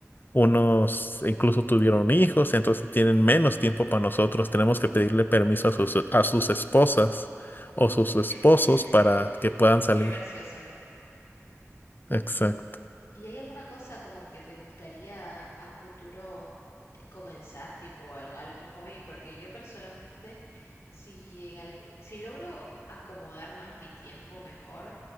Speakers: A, on the left; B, on the left.
A: Unos incluso tuvieron hijos, entonces tienen menos tiempo para nosotros. Tenemos que pedirle permiso a sus, a sus esposas o sus esposos
B: <laughs>
A: para que puedan salir.
B: Qué gracioso.
A: Exacto.
B: ¿Y hay alguna cosa como que te gustaría a futuro eh, comenzar, tipo al- algún hobby? Porque yo personalmente, si en algún, si logro acomodar más mi tiempo mejor,